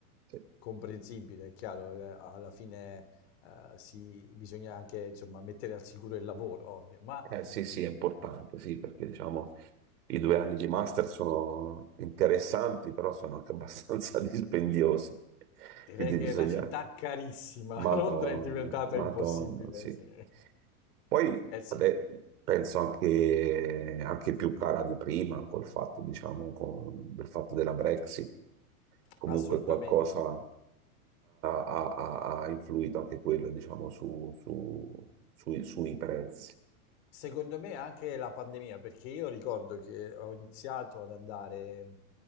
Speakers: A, on the right; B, on the left.
A: sì.
B: Comprensibile, è chiaro, eh, alla fine eh, si- bisogna anche, insomma, mettere al sicuro il lavoro, ovvio, ma...
A: Eh, sì, sì, è importante, sì, perché diciamo i due anni di master sono interessanti, però sono anche abbastanza <laughs> dispendiosi.
B: Direi
A: Quindi
B: che
A: bisogna...
B: è una città carissima.
A: Madonna,
B: <laughs> Londra è diventata
A: Madonna,
B: impossibile,
A: sì.
B: sì.
A: Poi
B: Eh sì,
A: vabbè, penso anche, anche più cara di prima col fatto, diciamo, con- del fatto della Brexit. Comunque
B: assolutamente.
A: qualcosa ha, ha- ha- ha influito anche quello, diciamo, su- su- sui, sui prezzi.
B: Secondo me anche la pandemia, perché io ricordo che ho iniziato ad andare mh,